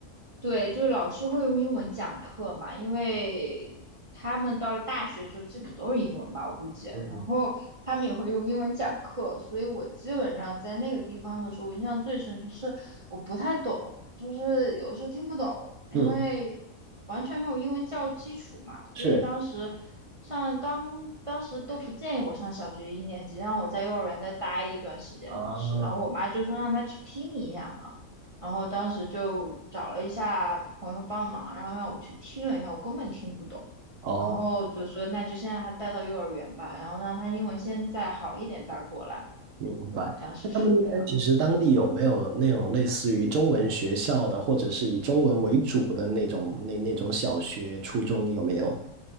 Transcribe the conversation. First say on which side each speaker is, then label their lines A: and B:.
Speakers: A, on the right; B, on the right.
A: 对，就是老师会用英文讲课嘛，因为他们到了大学之后基本都是英文吧，我估计。
B: 嗯
A: 然后他们也会用英文讲课，所以我基本上在那个地方的时候，我印象最深就是我不太懂，就是有时候听不懂，因为完全没有英文教育基础嘛，
B: 嗯，
A: 所以当时上刚当时都不建议我上小学一年级，
B: 是
A: 让我在幼儿园再待一段时间。
B: 啊，
A: 当时，然后我妈就说让她去听一下嘛。然后当时就找了一下朋友帮忙，然后让我去听了一下，我根本听不懂。
B: 哦，
A: 然后就说那就先让他带到幼儿园吧，然后让他英文先再好一点再过来。
B: 明白。
A: 就当时是这样，
B: 那他们那边其实当地有没有那种类似于中文学校的，或者是以中文为主的那种那那种小学、初中有没有？